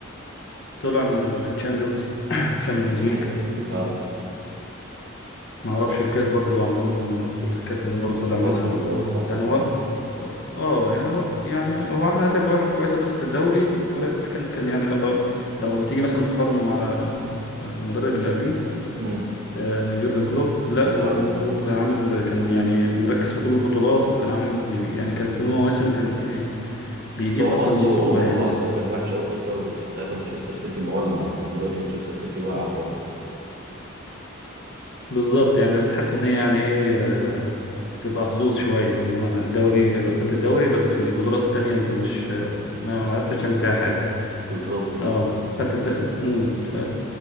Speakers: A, on the left; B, on the right.
A: طلع من الشامبيونز الشامبيونز
B: دي
A: ليج
B: حقيقه اه
A: <clears throat> ما اعرفش الكاس برضو عندهم بطوله الكاس تقريبا برضو طلع
B: خسروا
A: منها
B: برضه خسروا
A: يعني هو
B: اه
A: اه يعني هو يعني هو عمل نتائج واحد كويسه بس في الدوري ولكن كان يعني لما لما تيجي مثلا تقارنه مع المدرب اللي قبليه
B: امم
A: آه، يورجن كلوب لا يورجن
B: اه
A: كلوب كان عامل كان يعني مركز في كل البطولات وكان عامل يعني كان في مواسم كان بي- بيجيب
B: بس هو حظه
A: اكتر من بطولة يعني
B: حظه كان وحش قوي في الدوري كان ساعتها مانشستر سيتي مولع لكن دلوقتي مانشستر سيتي واقع خالص
A: بالظبط يعني بتحس ان هي يعني ايه آه، تبقى حظوظ شوية يعني ما الدوري خدت الدوري بس البطولات التانية انت مش آه، ما ما عرفتش تعمل فيها حاجة
B: بالظبط كده
A: اه خدت الد... مم. ف-